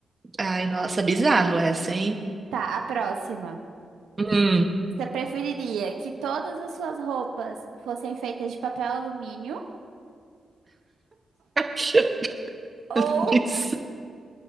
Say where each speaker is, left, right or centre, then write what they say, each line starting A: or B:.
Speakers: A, on the right; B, on the right.
A: Ai, nossa, bizarro essa, hein?
B: Tá, a próxima.
A: Hum.
B: Você preferiria que todas as suas roupas fossem feitas de papel alumínio
A: <laughs>
B: ou,
A: Biz-